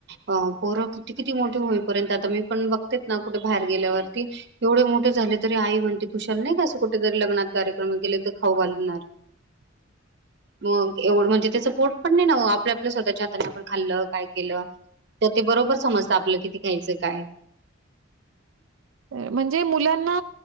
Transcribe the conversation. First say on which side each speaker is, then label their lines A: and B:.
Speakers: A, on the right; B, on the right.
A: पोरं कि किती मोठे होईपर्यंत आता मी पण बघतेच ना कुठे बाहेर गेल्यावरती एवढे मोठे झाले तरी आई म्हणते खुशाल नाही का असं कुठेेतरी लग्ना कार्यक्रम गेले तर खाऊ घालणार
B: <inaudible>
A: मग एवढं म्हणजे ते पोट पण नाही ना आपल्या आपल्या स्वतःच्या आपण खाल्ल काय केलं तर ते बरोबर समजत आपलं किती ख्यायचं काय
B: म्हणजे मुलांना